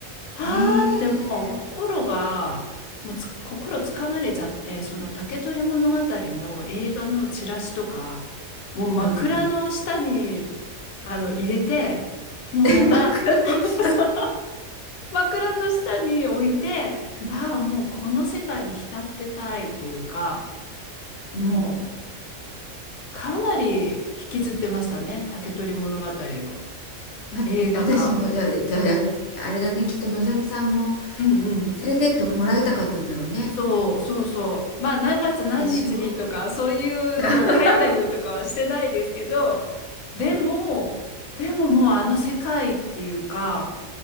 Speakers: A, on the left (about 80°); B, on the left (about 60°).
A: あーってもう心が、
B: ん。へえ。
A: もうつく、心つかまれちゃって、その竹取物語の映画のチラシとか、もう枕の下に、
B: うんうん。
A: あの、入れて、
B: <laughs>
A: もうまた、
B: え、枕の下。
A: あのさ枕の下に置いて、
B: うん
A: ああ、もうこの世界に浸ってたいっていうか、
B: うん。
A: もうかなり引きずってましたね、竹取物語の
B: ま、
A: 映画館。
B: 私もじゃあ、じゃあ、やあれだね。きっとのぞみさんも
A: うんうん。
B: 連れてってもらいたかったんだろうね。
A: そうそうそう。まあ何月何日にとかそういうのを書いたりとかはしてないですけど、
B: でしょう。<laughs>
A: でも、でももうあの世界っていうか、